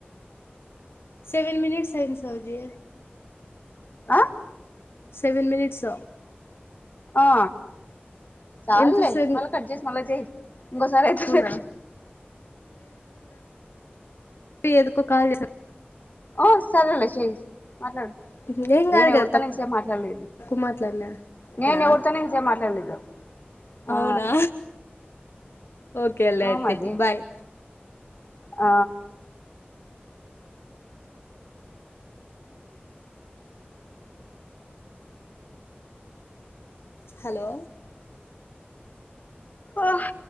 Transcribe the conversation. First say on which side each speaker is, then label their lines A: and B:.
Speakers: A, on the left (about 75°); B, on the left (about 45°).
A: సెవెన్ మనిట్స్ అయింది సౌజి
B: అ
A: సెవెన్ మీనిట్స్
B: ఆ చాల్లే
A: ఎంత సెవెన్
B: మల్ల కట్ చేసి మల్ల చేయ్ ఇంగోసారి అయితుంది
A: అవునా ఎందుకో కాల్ చేసా
B: ఓ సరేలే చెయ్ మాట్లాడు
A: చేసాను ఏం
B: నేను
A: కాదు
B: ఎవరితోను
A: కదా
B: ఎంతసేపు మాట్లాడలేదు
A: తక్కువ మాట్లాడినా
B: నేను
A: అవునా
B: ఎవరితోను ఎంతసేపు మాట్లాడలేదు ఆ
A: అవునా ఓకేలే అయితే
B: అ మది
A: బాయ్
B: ఆ
A: హలో
B: ఓహ్